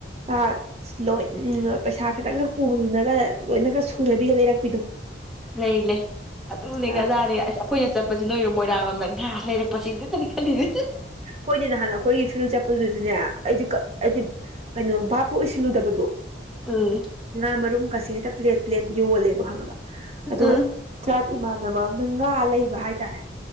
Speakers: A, on the right; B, in the centre.
A: ꯑ ꯏꯁ ꯂꯣꯏ ꯎꯝꯑ ꯄꯩꯁꯥ ꯈꯤꯇꯪꯈꯛ ꯄꯨꯕꯗꯨꯅꯒ ꯂꯣꯏꯅꯒ ꯁꯨꯅꯕꯤꯒ ꯂꯩꯔꯛꯄꯤꯗꯣ
B: ꯂꯩ ꯂꯩ ꯑꯗꯨꯅꯦꯒ
A: ꯑ
B: ꯑꯗꯥꯅꯦꯒ ꯑꯁ ꯑꯩꯈꯣꯏꯅ ꯆꯠꯄꯁꯤ ꯅꯣꯏꯔꯝ ꯃꯣꯏ <unintelligible> ꯉꯥ ꯂꯩꯔꯛꯄꯁꯤꯗꯗꯅꯤ ꯈꯜꯂꯤꯁꯦ
A: ꯍꯣꯏꯅꯦ ꯅꯍꯥꯟ ꯑꯩꯈꯣꯏꯒꯤ ꯐꯤꯜ ꯆꯠꯄꯗꯨꯁꯨꯅꯦ ꯑꯩꯗꯤ ꯀ ꯑꯩꯗꯤ ꯀꯩꯅꯣ ꯚꯥꯞꯄꯨ ꯑꯣꯏꯁꯤꯜꯂꯨꯗꯕꯗꯣ
B: ꯎꯝ
A: ꯉꯥꯃꯔꯨꯝ ꯀꯥꯁꯦ ꯍꯦꯇ ꯄ꯭ꯂꯦꯠ ꯄ꯭ꯂꯦꯠ ꯌꯣꯜꯂꯦꯕ ꯈꯪꯉꯕ ꯑꯗꯨꯒ
B: ꯎꯝ
A: ꯇ꯭ꯔꯥꯏꯞ ꯏꯃꯥꯟꯅꯕ ꯅꯪ ꯉꯥ ꯂꯩꯕ ꯍꯥꯏꯇꯥꯔꯦ